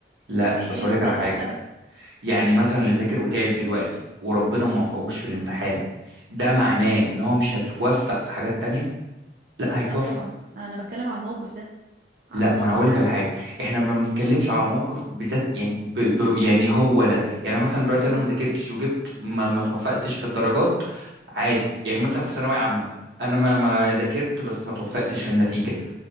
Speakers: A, on the right (about 80°); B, on the right (about 55°).
A: لا
B: آه، هي
A: بس اقول
B: ملهاش
A: لك على حاجه
B: سبب
A: يعني مثلا اللي ذاكر وتعب دلوقتي وربنا ما وفقوش في الامتحان ده
B: مم.
A: معناه ان هو مش هتوفق في حاجات تانية لا هيتوفق
B: لا طبعا انا بتكلم على الموقف ده على
A: لا
B: الموقف
A: ما انا هقول
B: نفسه
A: لك على حاجه احنا ما بنتكلمش على موقف بذات يعني ب... ب... يعني هو ده يعني مثلا دلوقتي
B: مم.
A: انا ما ذاكرتش وجبت ما ما توفقتش في الدرجات عادي يعني مثلا في ثانويه عامه انا ما ما ذاكرت بس ما توفقتش في النتيجه